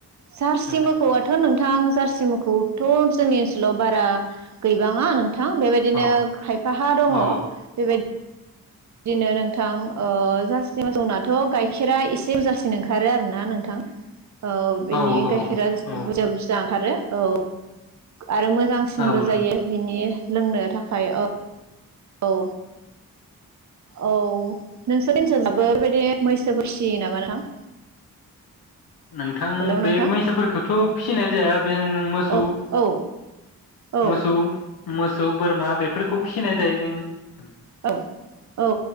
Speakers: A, on the right; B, on the left.
A: जारसि
B: नोंथां
A: मोखौआथ नोंथां जार सि मोसौखौथ जोंनि ओनसोलाव बारा गैबांङा नों थां बेबायदिनो
B: औ
A: खायफाहा दङ
B: औ
A: बेबायद बिदिनो नोंथां ओ जारसि मोसौनाथ गाइखेरा एसे बुरजासिन ओंखारो आरो ना नोंथां। औ बिनि
B: औ औ
A: गाइखेरा
B: औ
A: बुरजा बुरजा ओंखारो। औ आरो मोजांसिनबो
B: औ नोंथां
A: जायो बिनि लोंनो थाखाय ओ औ औ नोंसोर ओन्सोल आवबो बेबायदि मैसो फिसियो नामा नोंथां?
B: नोंथां
A: हेल'
B: बे
A: नोंथां
B: मैसोफोरखौथ फिसिनाय जाया जेन मोसौ
A: औ औ औ
B: मोसौ मो मोसौ बोरमा बेफोरखौ फिसिनाय जायो जोंनि
A: औ औ